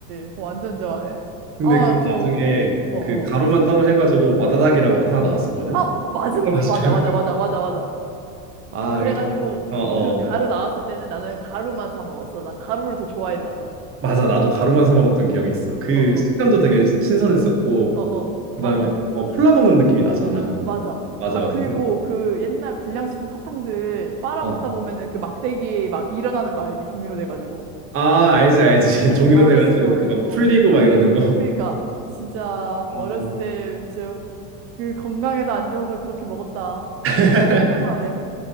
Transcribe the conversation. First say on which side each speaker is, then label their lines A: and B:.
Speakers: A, on the right; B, on the right.
A: 그거 완전 좋아해.
B: 근데
A: 아,
B: 그게
A: 그거,
B: 나중에
A: 어, 어.
B: 그 가루만 따로 해가지고 와다닥이라고 하나 나왔었거든?
A: 아, 맞아.
B: 이거 마시라고.
A: 맞아, 맞아, 맞아, 맞아, 맞아.
B: 아,
A: 그래가지고
B: 이거 다, 어,
A: 그 가루
B: 어.
A: 나왔을 때는 나는 가루만 사 먹었어. 난 가루를 더 좋아했나 봐.
B: 맞아. 나도 가루만 사 먹었던 기억이 있어. 그
A: 어, 어,
B: 식감도 되게 신선했었고,
A: 어, 어.
B: 그
A: 맞아,
B: 다음에, 어, 콜라 먹는 느낌이 나잖아.
A: 맞아.
B: 맞아,
A: 아,
B: 맞아.
A: 그리고
B: 근데,
A: 그 옛날 불량식품 사탕들 빨아먹다
B: 어.
A: 보면은 그 막대기 막 일어나는 거 알지? 종이로 돼가지고.
B: 아, 알지, 알지. <laughs> 종이로
A: 아,
B: 돼가지고
A: 진짜.
B: 그거
A: 어.
B: 풀리고 막 이러는 거.
A: 그러니까 진짜
B: 어.
A: 어렸을 때 진짜 그 건강에도 안 좋은 걸 그렇게 먹었다. 근데
B: <laughs>
A: 지금 또 생각나네.